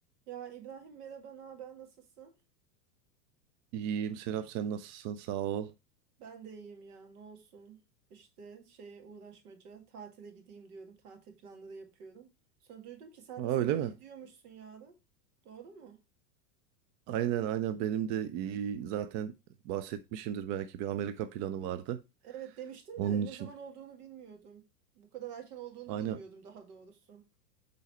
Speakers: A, on the right (about 65°); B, on the right (about 30°).
A: Ya İbrahim merhaba, ne haber, nasılsın?
B: İyiyim Serap sen nasılsın sağ ol.
A: Ben de iyiyim ya, ne olsun. İşte şeye uğraşmaca, tatile gideyim diyorum, tatil planları yapıyorum. Sonra duydum ki sen
B: Aa
A: de sanırım
B: öyle mi?
A: gidiyormuşsun yarın. Doğru mu?
B: Aynen aynen benim de iyi zaten bahsetmişimdir belki bir Amerika planı vardı.
A: Evet demiştin
B: Onun
A: de
B: için.
A: ne zaman olduğunu bilmiyordum. Bu kadar erken olduğunu
B: Aynen
A: bilmiyordum daha doğrusu.